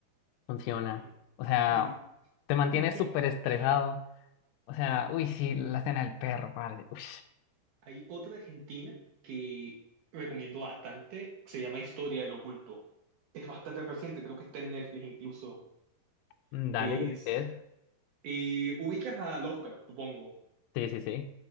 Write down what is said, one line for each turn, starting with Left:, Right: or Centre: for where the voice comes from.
Left: funciona.
Right: Sí,
Left: O sea,
Right: sí.
Left: te mantienes
Right: <laughs>
Left: súper estresado. O sea, uy, sí, la escena del perro, padre. Uy,
Right: Hay otra argentina que recomiendo bastante, se llama Historia del Oculto. Es bastante reciente, creo que está en Netflix incluso.
Left: dale,
Right: Es
Left: ¿de ¿qué es?
Right: Eh, ubicas a Lovecraft, supongo.
Left: Sí, sí, sí.